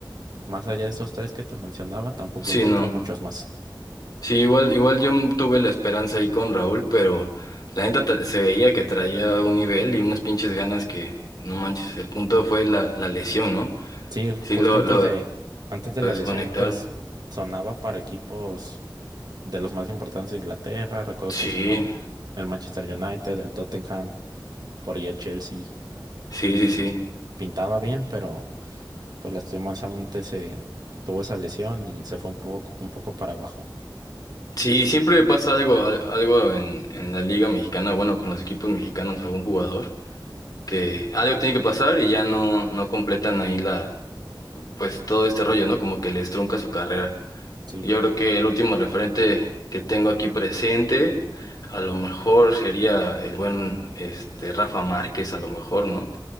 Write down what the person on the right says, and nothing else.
Más allá de esos tres que te mencionaba, tampoco
encuentro
muchos más.
Sí,
justo
antes
de,
antes de la
lesión, pues sonaba para equipos de los más importantes de Inglaterra. Recuerdo
que sonó el Manchester United, el Tottenham, por ahí el Chelsea.
Y
pintaba bien, pero pues lastimosamente se tuvo esa lesión y se fue un poco, un poco para abajo.
Sí,